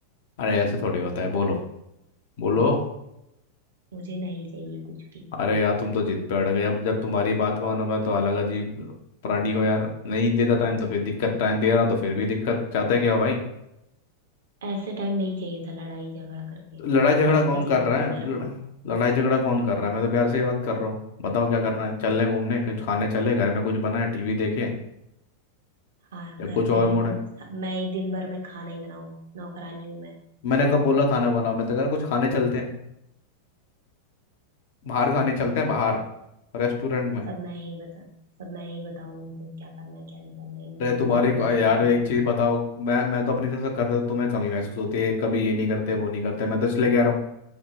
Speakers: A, on the left (about 55°); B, on the right (about 60°).
A: अरे ऐसे थोड़ी होता है बोलो बोलो
B: मुझे नहीं चाहिए कुछ भी
A: अरे यार तुम तो जिद पे अड़ गए अब जब तुम्हारी बात मानो मैं तो अलग अजीब प्राणी हो यार नहीं देता टाइम तो फिर दिक्कत टाइम दे रहा हूं तो फिर भी दिक्कत चाहते क्या हो भाई
B: ऐसे टाइम नहीं चाहिए था लड़ाई झगड़ा करके
A: तो
B: शांति
A: लड़ाई झगड़ा कौन
B: चाहिए
A: कर रहा
B: मुझे घर
A: है लड़,
B: में
A: लड़ाई झगड़ा कौन कर रहा है मैं तो प्यार से ही बात कर रहा हूँ बताओ क्या करना है चलने घूमने कुछ खाने चले घर में कुछ बना है टीवी देखे
B: हाँ
A: या
B: घर
A: कुछ
B: पे
A: और मूड
B: म-
A: है
B: मैं ही दिन भर में खाना ही बनाऊं नौकरानी हूं मैं
A: मैंने कब बोला खाना बनाओ मैं तो कह रहा कुछ खाने चलते हैं बाहर खाने
B: मतलब
A: चलते हैं बाहर रेस्टोरेंट में
B: सब मैं ही बता सब मैं ही बताऊं इनको क्या करना है क्या नहीं करना है इनके
A: अरे तुम्हारे
B: दिमाग
A: को-
B: में
A: यार
B: कुछ नहीं
A: एक
B: आता
A: चीज बताओ मैं मैं तो अपनी तरफ से करता हूँ, तुम्हें कमी महसूस होती है कभी ये नहीं करते वो नहीं करते मैं तो इसलिए कह रहा हूँ